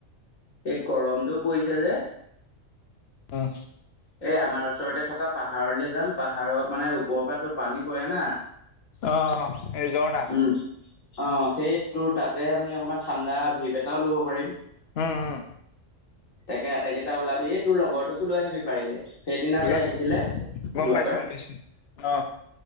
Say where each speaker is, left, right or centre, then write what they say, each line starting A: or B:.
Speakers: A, on the left (about 85°); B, on the left (about 55°).
A: এই গৰমটো পৰিছে যে
B: উম
A: এই আমাৰ ওচৰতে থকা পাহাৰলৈ যাম। পাহাৰৰ মানে ওপৰৰ পৰা পানী পৰে না।
B: অ এই ঝৰ্ণা
A: উম, অ সেইট তোৰ তাতে আমি অকণমান ঠাণ্ডা ভিপ এটাও ল'ব পাৰিম।
B: উম উম
A: তাকে, আটাই কেইটা ওলাবি। তোৰ লগৰটোকো লৈ আহিবি পাৰিলে। সেইদিনা যে
B: লৈ
A: আহিছিলে
B: যাম গম
A: যোৱাবাৰ।
B: পাইছো গম পাইছো অ